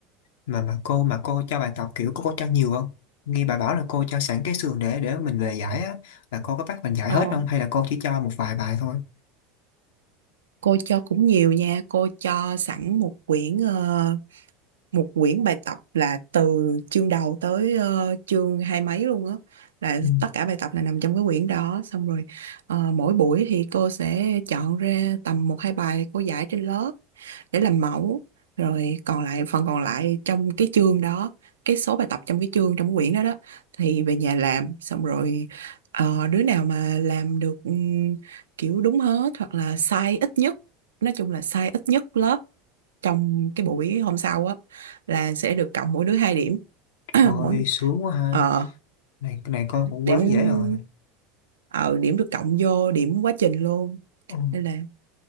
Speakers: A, on the left; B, on the right.
A: Mà mà cô mà cô cho bài tập kiểu cô có cho nhiều không? Nghe bà bảo là cô cho sẵn cái sườn để để mình về giải á, là cô có bắt mình giải
B: Ờ,
A: hết không hay là cô chỉ cho một vài bài thôi?
B: cô cho cũng nhiều nha cô cho sẵn một quyển ờ, một quyển bài tập là từ chương đầu tới ờ, chương hai mấy luôn á là
A: Ừ.
B: tất cả bài tập là nằm trong cái quyển đó xong rồi ờ, mỗi buổi thì cô sẽ chọn ra tầm một hai bài cô giải trên lớp để làm mẫu rồi còn lại phần còn lại trong cái chương đó cái số bài tập trong cái chương trong quyển đó đó thì về nhà làm xong rồi ờ, đứa nào mà làm được ừm, kiểu đúng hết hoặc là sai ít nhất nói chung là sai ít nhất lớp trong cái buổi hôm sau á là sẽ được cộng mỗi đứa hai điểm <clears throat>
A: Ôi
B: mỗi
A: sướng quá ha.
B: ờ
A: Này cái này con cũng
B: điểm
A: quá dễ rồi.
B: ờ điểm được cộng vô điểm quá trình luôn
A: Ừ.
B: nên là